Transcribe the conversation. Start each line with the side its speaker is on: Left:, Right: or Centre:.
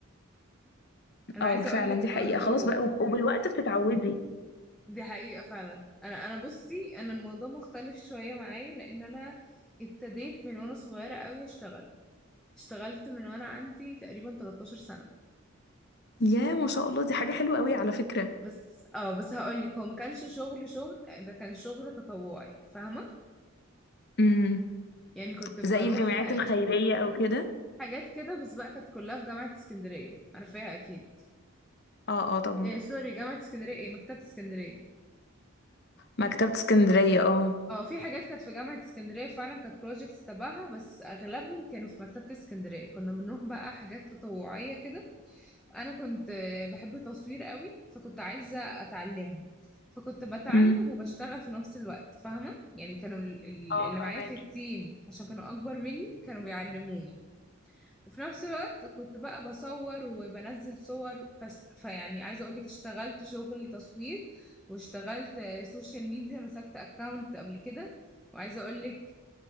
Centre: انا
Left: اه
Centre: عايزه
Left: فعلا
Centre: اقول لك
Left: دي
Centre: برضو
Left: حقيقه خلاص بقى وب- وبالوقت بتتعودي
Centre: دي حقيقه فعلا انا انا بصي انا الموضوع مختلف شويه معايا لان انا ابتديت من وانا صغيره قوي اشتغل اشتغلت من وانا عندي تقريبا 13 سنه
Left: يا ما شاء الله دي حاجة حلوة قوي على فكرة
Centre: بس اه بس هقول لك هو ما كانش شغل شغل ده كان شغل تطوعي فاهمه
Left: امم
Centre: يعني كنت بروح
Left: زي الجمعيات الخيرية او كده
Centre: حاجات كده بس بقى كانت كلها في جامعه اسكندريه عارفاها اكيد
Left: اه اه طبعا
Centre: إيه سوري جامعه اسكندريه ايه مكتبه اسكندريه
Left: مكتبة اسكندرية اه
Centre: اه في حاجات كانت في جامعة اسكندرية فعلا كانت بروجيكتس تبعها بس اغلبهم كانوا في مكتبة اسكندرية كنا بنروح بقى حاجات تطوعية كده انا كنت آه، بحب تصوير قوي فكنت عايزة اتعلمه فكنت بتعلم
Left: امم
Centre: وبشتغل في نفس الوقت فاهمة يعني كانوا ال- ال-
Left: اه
Centre: اللي
Left: فاهمك
Centre: معايا في التيم عشان كانوا اكبر مني كانوا بيعلموني وفي نفس الوقت كنت بقى بصور وبنزل صور فست... فيعني عايزه اقولك اشتغلت شغل تصوير واشتغلت آه، سوشيال ميديا مسكت اكاونت قبل كده وعايزه اقولك